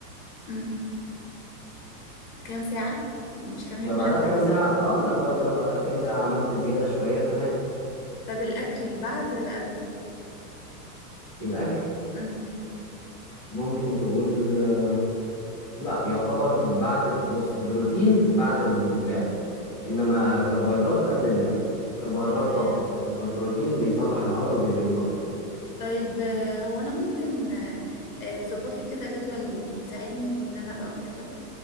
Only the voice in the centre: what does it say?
لو بعدها
بكام ساعة اه لا بعد- لو بعدها بكام ساعة عملت زيادة شوية تمام
الأكل
ممكن تقول آه، لا يعتبر بعد ال- بص بروتين بعد اللعب إنما كربوهيدرات قبل اللعب كربوهيدرات
طاقة إنما البروتين بيصلح العضل وبيبينه أكبر